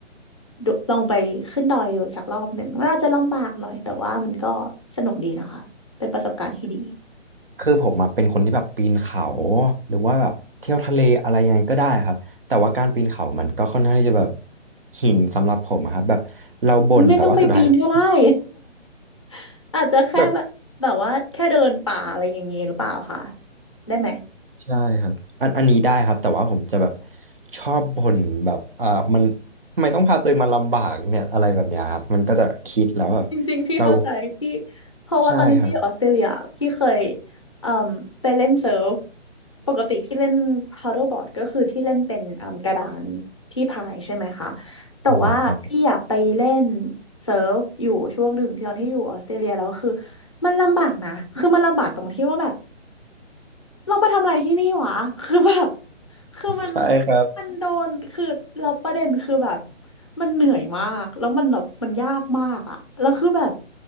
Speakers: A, on the left (about 25°); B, on the right (about 50°).
A: ดูลองไปขึ้นดอยดูสักรอบหนึ่งมันอาจจะลำบากหน่อยแต่ว่ามันก็สนุกดีนะคะ เป็นประสบการณ์ที่ดี
B: คือผมอะเป็นคนที่แบบปีนเขาหรือว่าแบบเที่ยวทะเลอะไรยังไงก็ได้ครับแต่ว่าการปีนเขามันก็ค่อนข้างที่จะแบบหินสำหรับผมอะครับแบบเราบ่นแต่ว่าสุดท้ายครับ
A: ไม่ไม่ต้องไปปีนก็ได้ <laughs> อาจจะแค่แบบแบบว่าแค่เดินป่าอะไรอย่างเงี้ยหรือเปล่าคะ
B: แบบ
A: ได้ไหม
B: ใช่ครับอันอันนี้ได้ครับแต่ว่าผมจะแบบชอบบ่นแบบอ่ามันทำไมต้องพาตัวเองมาลำบากเนี่ยอะไรแบบเนี้ยครับมันก็จะคิดแล้วแบบ
A: จริงๆพี่เข้าใจพี่
B: เรา
A: เพราะว่าตอนนี้พี่อยู่ออสเตรเลียพี่เคย
B: ใช่ครับ
A: เอ่มไปเล่นเซิร์ฟปกติพี่เล่น paddleboard ก็คือที่เล่นเป็นเอ่มกระดานที่พายใช่ไหมคะแต่ว่าพี่อยากไปเล่น
B: อ่ครับผม
A: เซิร์ฟอยู่ช่วงหนึ่งที่ตอนที่อยู่ออสเตรเลียแล้วคือมันลำบากนะคือมันลำบากตรงที่ว่าแบบ เรามาทำอะไรที่นี่วะคือแบบคือมัน
B: ใช่ครับ
A: มันโดนคือเราประเด็นคือแบบมันเหนื่อยมากแล้วมันแบบมันยากมากอะแล้วคือแบบ